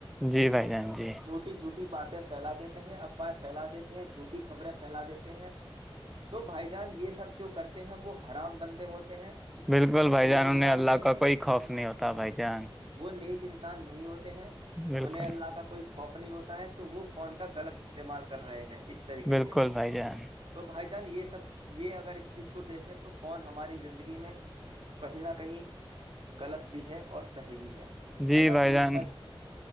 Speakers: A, in the centre; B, on the right (about 70°).
A: جی بھائی جان جی
B: جھوٹی جھوٹی جھٹی باتیں پھیلا دیتے ہیں افواہ فھیلا دیتے ہیں جھوٹی خبریں پھیلا دیتے ہیں تو بھائی جان یہ سب جو کرتے ہیں وہ ہرام بندے ہوتے ہیں
A: بالکل بھائی
B: وہ
A: جان
B: انسان
A: انہیں اللہ
B: کے
A: کا کوئی خوف نہیں ہوتا بھائی جان
B: ایکیک انسان نہیں ہوتا ہیں
A: بالکل
B: انہیں اللہ کا کوئی خوف نہیں ہوتا ہے تو تو وہ فون غلط استعمال کر رہے ہیں اس طریقے
A: بالکل
B: سے
A: بھائی جان
B: تو بھائی چان یہ سب یہ اگر اس چیز کو دیکھیں تو فون ہماری زندگی میں کہیں نہ کہیں غلط بھی ہے اور صحیح بھی ہے
A: جی
B: اگر
A: بھائی
B: ہم اس
A: جان
B: کا